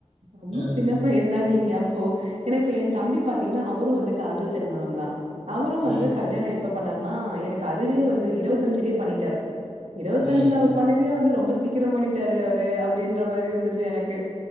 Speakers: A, on the right; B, on the left.
A: ரொம்ப
B: ம்
A: சின்ன பயந்தான் நீங்க அப்போ ஏனா இப்ப என் தம்பி பாத்தீங்கன்னா அவரும் வந்து காதல் திருமணம் தா அவரும்
B: ம்
A: வந்து கல்யாணம் எப்ப பண்ணாருனா எனக்கு அதுவே வந்து இருவத்தி அஞ்சுலயே பண்ணிட்டாரு இருவத்தி
B: ம்
A: அஞ்சுல அவர் பண்ணதே வந்து ரொம்ப சீக்கிரம் பண்ணிட்டாரு அவரு அப்டின்ற மாரி இருந்துச்சி எனக்கு